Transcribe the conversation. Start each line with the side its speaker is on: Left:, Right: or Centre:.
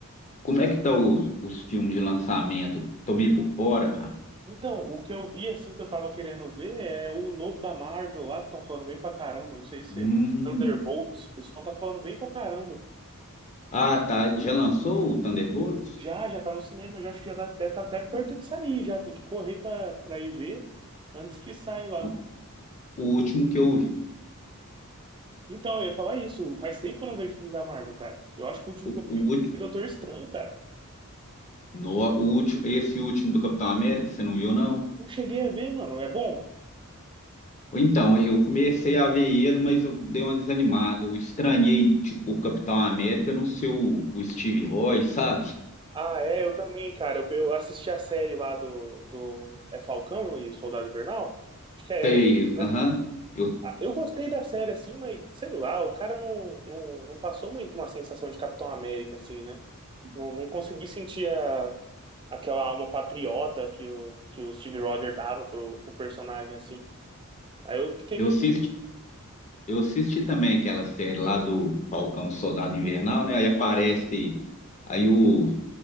Left: Como é que tá os, os filmes de lançamento? Tô meio por fora, cara.
Right: Então, o que eu vi, assim, que eu tava querendo ver é o novo da Marvel lá, que estão falando bem pra caramba. Não sei se você
Left: Hum.
Right: viu. Thunderbolts, o pessoal tá falando bem pra caramba.
Left: Ah, tá. Já lançou o Thunderbolts?
Right: Já, já tá no cinema, já acho que já dá- deve estar até perto de sair, já. Tem que correr pra, pra ir ver antes que saia lá.
Left: O, o último que eu vi.
Right: Então, eu ia falar isso. Faz tempo que eu não vejo filme da Marvel, cara. Eu acho que o último
Left: O,
Right: que eu
Left: o,
Right: vi
Left: ulti-
Right: foi Doutor Estranho, cara.
Left: no, o último, esse último do Capitão América, você não viu, não?
Right: Não cheguei a ver, mano. É bom?
Left: Então, eu comecei a ver ele, mas eu dei uma desanimada. Eu estranhei, tipo, o Capitão América não ser o, o Steve Rogers, sabe?
Right: Ah, é, eu também, cara. Eu, eu assisti a série lá do, do. É Falcão e Soldado Invernal? Acho que é,
Left: Sei,
Right: é isso, né?
Left: aham. Eu,
Right: Ah, Eu gostei da série, assim, mas sei lá, o cara não, não, não passou muito uma sensação de Capitão América, assim, né? Não, não consegui sentir a, aquela alma patriota que o, que o Steve Rogers dava pro, pro personagem, assim. Aí eu fiquei
Left: eu
Right: meio.
Left: assisti Eu assisti também aquela série lá do Falcão e Soldado Invernal, né? Aí aparece, aí o,